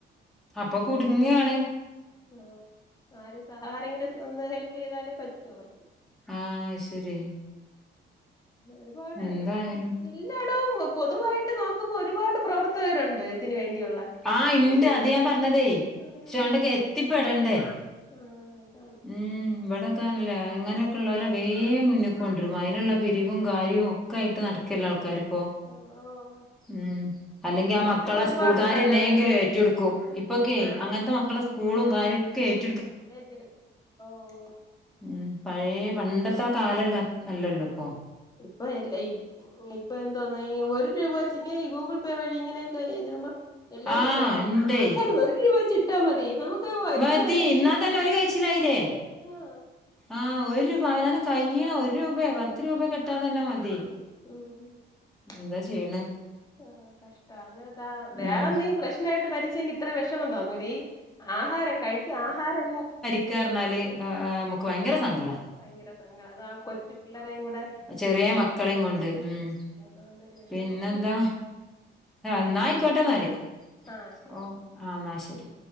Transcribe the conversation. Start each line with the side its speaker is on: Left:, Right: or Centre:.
Centre: അപ്പൊ കുടുങ്ങയാണ്
Left: ഓഹ് ആര് സഹാരങ്ങ ആരെങ്കിലും ഒന്ന് ഹെൽപ്പ് ചെയ്താലേ പറ്റൂ അവർക്
Centre: ആഹ് ശരി
Left: ഒരുപാട്
Centre: എന്തായാലും
Left: എല്ലാടോം പൊതുവായിട്ട് നോക്കുമ്പോ ഒരുപാട് പ്രവർത്തകരുണ്ട് ന് വേണ്ടിയുള്ള-
Centre: ആഹ് ഇണ്ട്
Left: പക്ഷെ
Centre: അത് ഞാൻ പറഞ്ഞതേ
Left: ഉം
Centre: ശാ അങ്ങട്ട് <unintelligible> എത്തിപ്പടണ്ടേ
Left: ആഹ് അതാണ്
Centre: ഉം ഇവിടെക്കാനല്ലേ ഇങ്ങനെയൊക്കെ ഉള്ളുലെ വേഗം മുന്നിക്കൊണ്ടിരും അതിനുള്ള പിരിവും കാര്യവും- ഒക്ക ആയിട്ട് നടക്കുകല്ല ആൾക്കാരും
Left: ഓ <unintelligible>
Centre: മ് <unintelligible> അല്ലെങ്കി ആ മക്കളെ
Left: ഒരുപാടുണ്ടല്ലോ
Centre: സ്കൂൾകാര് എങ്ങനെയെങ്കിലും
Left: ഇങ്ങനെ
Centre: ഏറ്റെടുക്കും ഇപ്പൊക്കെ
Left: ആഹ്
Centre: അങ്ങനത്തെ മക്കളെ സ്കൂളും കാര്യ ക്കെ <unintelligible>
Left: ഏറ്റെടുത്ത് ഓഹ്
Centre: ഉം പഴയെ പണ്ടത്തെ ആ കാലം അല്ലല്ലോ ഇപ്പൊ
Left: ഇപ്പൊ എല്ലാം ഈ ഇപ്പൊ എന്തോന്ന ഈ ഒരു രൂപ വെച്ച് ഇങ്ങനെ ഈ ഗൂഗിൾ പേ വഴി ഇങ്ങനെയൊക്കെ രുപ എല്ലാരും
Centre: ആഹ്
Left: പറയും
Centre: ഇണ്ടേ
Left: ആൾക്കാര് ഒരു രൂപ വെച്ച് ഇട്ടാമതി നമുക്ക്- എത്ര
Centre: മതി
Left: പേരെ രക്ഷിക്കാം
Centre: ഇന്നാള് തന്നെ ഓല് കഴിച്ചില്ലായില്ലേ
Left: ആഹ്
Centre: ആഹ് ഒരു രൂപ അവനാന് കഴിയണ ഒരു- രൂപയോ പത്ത് രൂപയൊക്കെ ഇട്ടാ തന്നെ മതി
Left: മ് <unintelligible>
Centre: എന്താ ചെയ്യ്ണേ
Left: ആ കഷ്ട്ടം അങ്ങനെതാ വേറെ
Centre: ഉം
Left: എന്തെങ്കിലും പ്രശ്നയായിട്ട് മരിച്ചെങ്കിൽ ഇത്ര വിഷമം തോന്നൂലെ ആഹാരം കഴിക്ക ആഹാരല്ല
Centre: ക്കറഞ്ഞാ <unintelligible> ല് നമുക്ക് ഭയങ്കര സങ്കട
Left: ഭയങ്കര സങ്കടയാ അതാ കൊച്ചു പിള്ളേരേ കൂടെ
Centre: ചെറിയ മക്കളെയും കൊണ്ട് ഉം
Left: അതുകൊണ്ട് ഒരു വിഷമം
Centre: പിന്നെന്താ എന്നായിക്കോട്ടെ എന്നാലേ
Left: ആഹ് ശരി
Centre: ഓഹ് ആ എന്നാ ശരി.